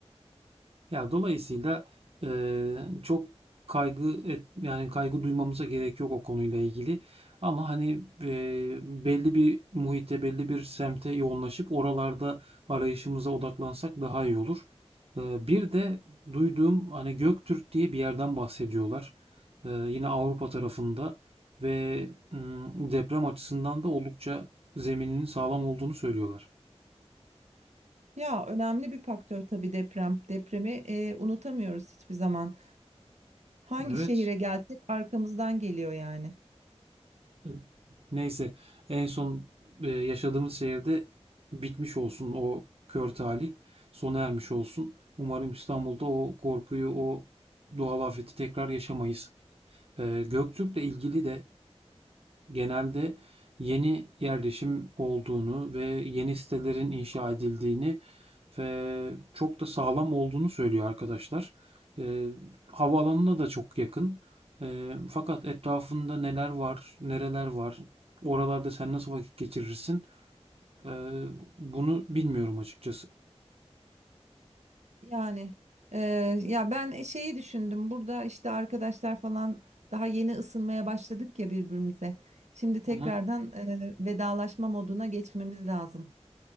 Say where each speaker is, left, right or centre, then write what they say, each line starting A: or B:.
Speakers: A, on the right; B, on the right.
A: Ya dolayısıyla eee, çok kaygı et, yani kaygı duymamıza gerek yok o konuyla ilgili. Ama hani eee, belli bir muhitte, belli bir semte yoğunlaşıp oralarda arayışımıza odaklansak daha iyi olur. Eee, bir de duyduğum hani Göktürk diye bir yerden bahsediyorlar. Eee, yine Avrupa tarafında ve mm, deprem açısından da oldukça zemininin sağlam olduğunu söylüyorlar.
B: Ya önemli bir faktör tabii deprem. Depremi e, unutamıyoruz hiçbir zaman. Hangi
A: Evet,
B: şehire gelsek arkamızdan geliyor yani.
A: Hı. Neyse en son e, yaşadığımız şehirde bitmiş olsun o kör talih. Sona ermiş olsun. Umarım İstanbul'da o korkuyu, o doğal afeti tekrar yaşamayız. E, Göktürk'le ilgili de genelde yeni yerleşim olduğunu ve yeni sitelerin inşa edildiğini ve çok da sağlam olduğunu söylüyor arkadaşlar. Eee havaalanına da çok yakın. Eee, fakat etrafında neler var, nereler var, oralarda sen nasıl vakit geçirirsin? Eee, bunu bilmiyorum açıkçası.
B: Yani eee, ya ben e, şeyi düşündüm burada işte arkadaşlar falan daha yeni ısınmaya başladık ya birbirimize. Şimdi tekrardan
A: Hı hı.
B: eee, vedalaşma moduna geçmemiz lazım.